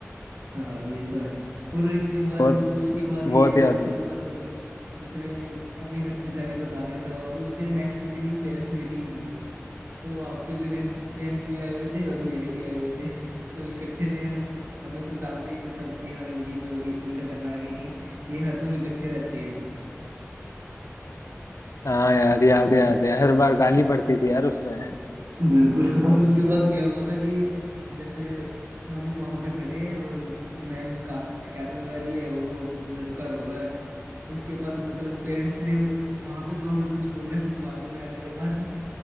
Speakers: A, on the right; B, on the left.
A: हाँ ये तो है और एक बार
B: बहुत
A: मतलब उसके बाद
B: बहुत
A: ये भी
B: याद
A: हुआ था मतलब उसने अपने घर पे जाके बता दिया था और उससे नेक्स्ट दिन ही पेरेंट्स मीटिंग थी तो आपके पेरेंट पेरेंट्स भी आए हुए थे और मेरे भी आए हुए थे <laughs> तो इकट्ठे थे हम हमें तो जानते ही थे सब कि हाँ इनकी जोड़ी इतनी खतरनाक है कि ये हरदम इकट्ठे रहते हैं
B: हाँ यार याद है याद है हर बार गाली पड़ती थी यार उसमें
A: बिल्कुल <laughs> और उसके बाद क्या हुआ था कि जैसे हम वहां पे खड़े हैं और मैम शिकायत शिकायत लगा रही है और वो लड़का रो रहा है उसके बाद मतलब पेरेंट्स ने वहां पे तो हमें कुछ बोला नहीं बाद में आने के बाद